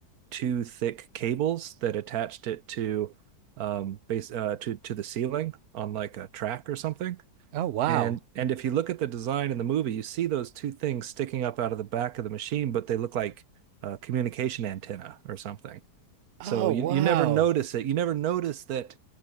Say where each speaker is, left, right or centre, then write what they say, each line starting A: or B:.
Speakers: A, on the right (about 60°); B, on the right (about 85°).
A: two thick cables that attached it to um, base uh, to to the ceiling on like a track or something.
B: Oh wow.
A: And and if you look at the design in the movie, you see those two things sticking up out of the back of the machine, but they look like a communication antenna or something.
B: Oh
A: So you
B: wow.
A: you never notice it. You never notice that